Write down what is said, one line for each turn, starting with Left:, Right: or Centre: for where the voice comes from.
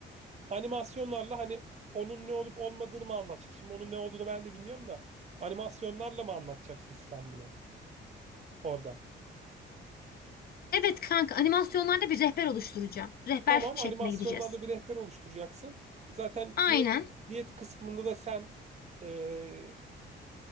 Right: animasyonlarla hani onun ne olup olmadığını mı anlatacak? Şimdi onun ne olduğunu ben de bilmiyorum da animasyonlarla mı anlatacaksın sen bunu orada?
Left: Evet kanka animasyonlarda bir rehber oluşturacağım. Rehber
Right: Tamam,
Left: şekline
Right: animasyonlarla
Left: gideceğiz.
Right: bir rehber oluşturacaksın. Zaten
Left: Aynen.
Right: diyet diyet kısmında da sen eee,